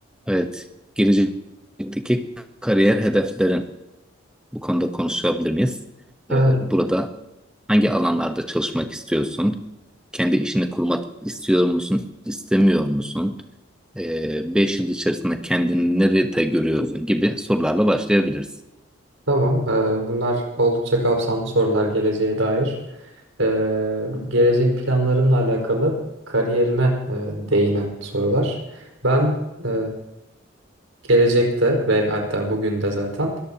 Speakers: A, in the centre; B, on the right (about 85°).
A: Evet, gelecekteki kariyer hedeflerin bu konuda konuşabilir miyiz?
B: Evet,
A: Ee, burada hangi alanlarda çalışmak istiyorsun? Kendi işini kurmak istiyor musun, istemiyor musun? Ee, beş yıl içerisinde kendini nerede görüyorsun gibi sorularla başlayabiliriz.
B: tamam. Ee, bunlar oldukça kapsamlı sorular geleceğe dair. Ee, gelecek planlarımla alakalı kariyerime e, değinen sorular. Ben e, gelecekte ve hatta bugün de zaten